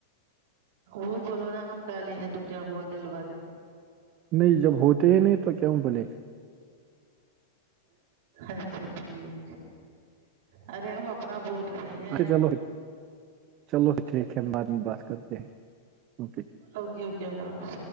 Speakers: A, on the right; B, on the right.
A: وہ بولو نا ہم کالے ہیں تو کیا ہوا دل والے ہے
B: نہیں جب ہوتے ہی نہیں تو کیوں بولے
A: اچھا ٹھیک ارے ہم اپ نا بول رہے ہیں
B: اچھا چلو چلو ٹھیک ہے ہم بعد میں بات کرتے ہیں اوکے
A: اوکے اوکے اللہ حافظ